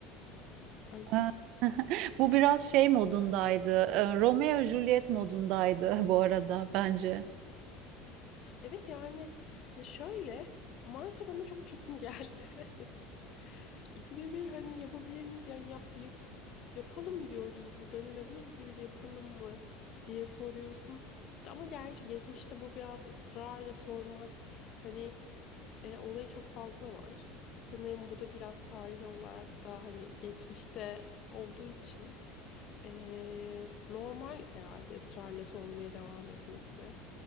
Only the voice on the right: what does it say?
Ha. <laughs> Bu biraz şey modundaydı. e, Romeo Juliet modundaydı <laughs> bu arada bence.